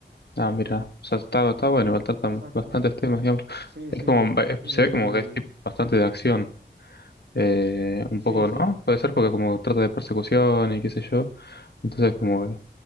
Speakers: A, on the left; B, on the right.
A: Ah, mira, o sea, está, está bueno, faltan
B: Exacto.
A: bastantes temas, digamos.
B: Sí,
A: Es
B: sí.
A: como, va- es-
B: eh,
A: se ve como que es tipo bastante de acción. Eh, un
B: sí,
A: poco,
B: sí.
A: ¿no? Puede ser porque como trata de persecución y qué sé yo. Entonces como